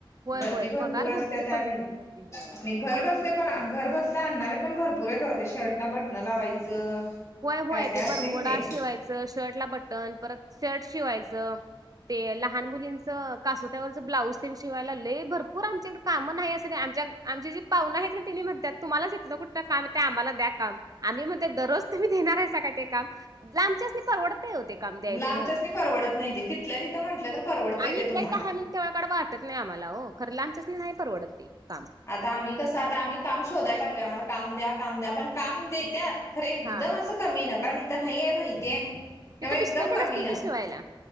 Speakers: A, on the right; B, on the left.
A: होय
B: गर्दी
A: होय
B: भरपूर
A: पगार
B: असते त्यावेळी
A: पडते गर्दी होय
B: आणि घरी
A: आपलं
B: बसते पण घरी बस आणणारे पण भरपूर आहे बघा ते शर्ट ना बटनं लावायचं.
A: होय, होय,
B: काय काय
A: ते
B: असते
A: बरमुडा
B: कि ते
A: शिवायचं शर्टला बटन परत शर्ट शिवायचं. ते लहान मुलींचं कासोट्यावरचं ब्लॉउज तेन शिवायला लय भरपूर आमच्याकड काम नाही अस आमच्या आमची जी पाहुनं आहेत ना तिनी म्हणत्यात तुम्हालाचं इथन कुठंनं काम येतय आम्हाला दया काम. आम्ही म्हणते दररोज तुम्ही देणार आहेसा का ते काम लांबच्यासनी परवडत नाय ओ ते काम दयायचं
B: लांबच्यासनी
A: नाय होत
B: परवडत नाही ते तिथल्या तिथं म्हटलं तर परवडतय
A: आम्ही
B: ते
A: इथल्या
B: तुम्हाला.
A: इथं हाय म्हणून तेवढं कड वाट तट नाय आम्हाला हो खरं लांबच्यासनी नाय परवडत ते काम.
B: आता आम्ही कसं आता आम्ही काम शोधायला लागलोय आम्हाला काम द्या काम द्या पण काम देत्यात खरं एकदम
A: हा
B: असं कमी न कारण इथं नाहीये माहितीये त्यामुळ
A: तिथं
B: एकदम
A: पिशव्या
B: कमी
A: तेन असतील
B: न
A: की शिवायला.